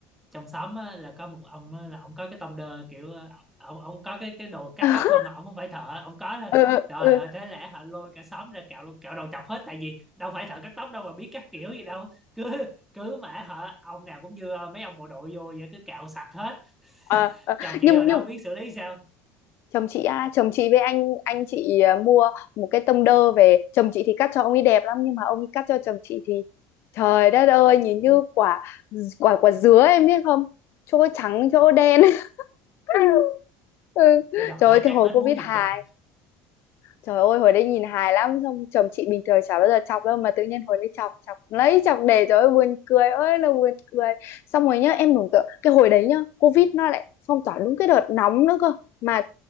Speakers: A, in the centre; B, on the left (about 55°).
A: trong xóm á, là có một ông á, là ông có cái tông đơ kiểu ờ, ông ông có cái cái đồ cắt
B: <laughs>
A: tóc thôi mà ông không phải thợ ông có thôi
B: Ờ, ờ,
A: trời
B: ờ.
A: ơi thế lẽ hả lôi cả xóm ra cạo luôn- cạo đầu chọc hết tại vì đâu phải thợ cắt tóc đâu mà biết cắt kiểu gì đâu cứ cứ mà hả ông nào cũng như mấy ông bộ đội vô vậy cứ cạo sạch hết
B: Ờ, ờ.
A: chồng chị
B: Nhưng
A: hồi
B: nhưng
A: đó không biết xử lý sao
B: chồng chị á chồng chị với anh anh chị ờ, mua một cái tông đơ về chồng chị thì cắt cho ông ấy đẹp lắm nhưng mà ông ấy cắt cho chồng chị thì trời đất ơi nhìn như quả quả quả dứa em biết không chỗ trắng chỗ đen <laughs> Ừ.
A: cái đợt
B: trời
A: đó
B: ơi cái
A: chắc
B: hồi
A: hết
B: covid
A: muốn nhìn
B: hài
A: chồng
B: Trời ơi hồi đấy nhìn hài lắm Xong chồng chị bình thường chả bao giờ chọc đâu Mà tự nhiên hồi đấy chọc chọc lấy chọc để Trời ơi buồn cười ơi là buồn cười Xong rồi nhá em tưởng tượng Cái hồi đấy nhá Covid nó lại phong tỏa đúng cái đợt nóng nữa cơ Mà